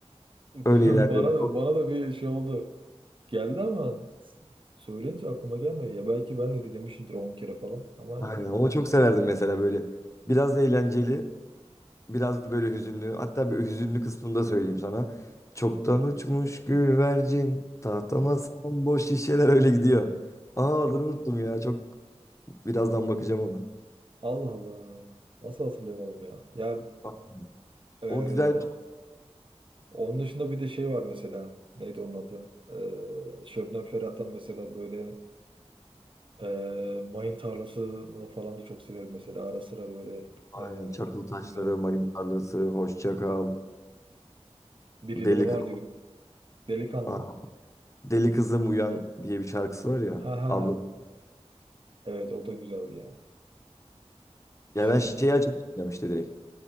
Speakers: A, on the right (about 50°); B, on the left (about 25°).
A: <laughs>
B: Öyle ilerliyor.
A: Bana da, bana da bir şey oldu. Geldi ama söyleyince aklıma gelmedi ya. Belki ben de dinlemişimdir 10 kere falan. Ama
B: Aynen. Onu çok severdim mesela böyle. Biraz eğlenceli. Biraz böyle hüzünlü. Hatta bir hüzünlü kısmını da söyleyeyim sana. Çoktan uçmuş güvercin. Tahtama sağan boş şişeler öyle gidiyor. Aa adını unuttum ya. Çok birazdan bakacağım ona.
A: Allah Allah. Nasıl hatırlayamadım ya? Ya
B: Bak,
A: e,
B: o güzel.
A: onun dışında bir de şey var mesela. Neydi onun adı? E, Şebnem Ferah'tan mesela böyle e, Mayın Tarlası falan da çok severim mesela. Ara sıra böyle
B: Aynen. Çakıl
A: e,
B: taşları,
A: dinlerim.
B: mayın tarlası, hoşça kal.
A: Birileri
B: Deli,
A: vardı.
B: kız-
A: Delikanlı
B: Aa,
A: mı?
B: deli kızım uyan diye bir şarkısı var ya.
A: Ha ha
B: Abla.
A: ha. Evet o da güzeldi ya. Şey
B: Ya ben şeyi
A: <laughs>
B: açıp dinliyorum işte direkt.